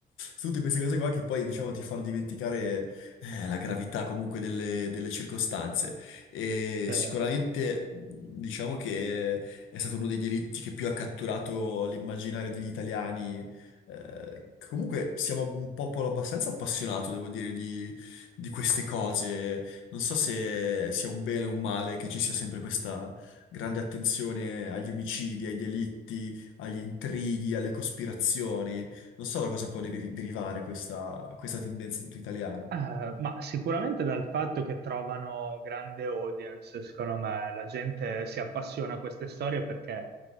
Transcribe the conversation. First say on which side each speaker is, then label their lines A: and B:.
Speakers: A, on the left; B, on the right.
A: tutte queste cose qua che poi, diciamo, ti fanno dimenticare eh, la gravità comunque delle delle circostanze. E
B: Cioè,
A: sicuramente mh, diciamo che è stato uno dei delitti che più ha catturato l'immaginario degli italiani. Eh, comunque siamo un popolo abbastanza appassionato, devo dire, di, di queste cose. Non so se sia un bene o un male che ci sia sempre questa grande attenzione agli omicidi, ai delitti, agli intrighi, alle cospirazioni. Non so da cosa può deri- derivare questa, questa tendenza tutta italiana.
B: Eh, ma sicuramente dal fatto che trovano grande audience, secondo me, la gente si appassiona a queste storie perché